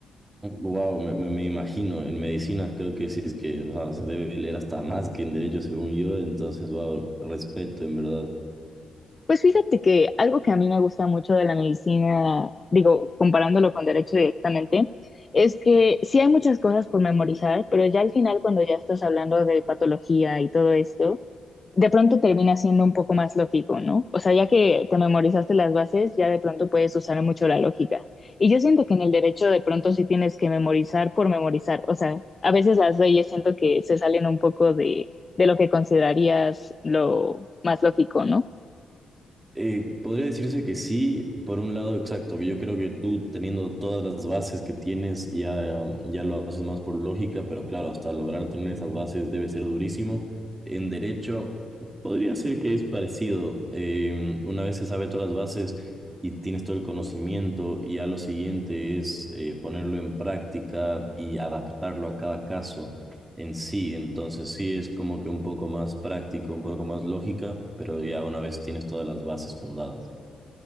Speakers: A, on the right; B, on the left.
A: Wow, me, me- me imagino, en medicinas creo que sí es que, o sea, se debe leer hasta más que en derecho según yo, entonces, wow, respeto en verdad.
B: Pues fíjate que algo que a mí me gusta mucho de la medicina, digo, comparándolo con derecho directamente, es que sí hay muchas cosas por memorizar, pero ya al final cuando ya estás hablando de patología y todo esto, de pronto termina siendo un poco más lógico, ¿no? O sea, ya que te memorizaste las bases, ya de pronto puedes usar mucho la lógica. Y yo siento que en el derecho de pronto sí tienes que memorizar por memorizar. O sea, a veces las leyes siento que se salen un poco de, de lo que considerarías lo más lógico, ¿no?
A: Eh, podría decirse que sí, por un lado, exacto. Yo creo que tú teniendo todas las bases que tienes ya, um, ya lo haces más por lógica, pero claro, hasta lograr tener esas bases debe ser durísimo. En derecho, podría ser que es parecido. Eh, una vez se sabe todas las bases y tienes todo el conocimiento, y ya lo siguiente es eh, ponerlo en práctica y adaptarlo a cada caso en sí. Entonces sí es como que un poco más práctico, un poco más lógica, pero ya una vez tienes todas las bases fundadas.